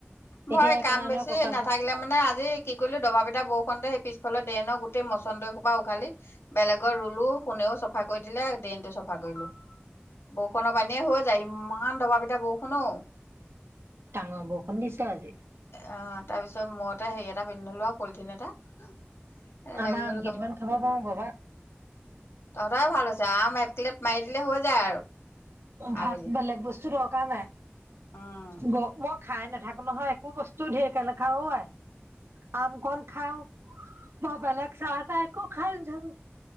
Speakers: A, on the left; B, on the right.
A: মই
B: এতিয়া একো
A: কাম
B: নাই
A: বেছি
B: নহয় কঁকালটো
A: নাথাকিলে মানে আজি কি কৰিলো দবা পিটাা বৰষুণতে সেই পিছফালে। ড্ৰৰনৰ গোটেই মচন্দৰ সোপা উঘালি, বেলেগৰ ৰুলো কোনেও চব চাফা কৰি দিলে ড্ৰেইনতটো চফা কৰিলো বৰষুণৰ পানীয়ে হৈ যায় ইমান দবা পিটায়া বৰষুণো,
B: াঙাবখন দিছে আজি
A: অ তাৰ পিছত মই টো হেৰি এটা পিন্ধিলো আৰু পলিথিন এটা এ
B: আমাৰ
A: লাগি গলো
B: আম কেইটামান
A: কামত,
B: খাব পাৰো বাবা
A: তহঁতেই ভাল হৈছে আম এক পিলেত মাৰি দিলে হৈ যায় আৰু
B: ভাত
A: আবেলি
B: বেলেগ বস্তু, চ ক নে,
A: উম
B: ব মই খাই নাথাকে নহয় একো বস্তু ঢেৰ কে নখাওাই অ আই। আম কন খাও বা বেলেগ চাহ তাহ একো খাই ধৰ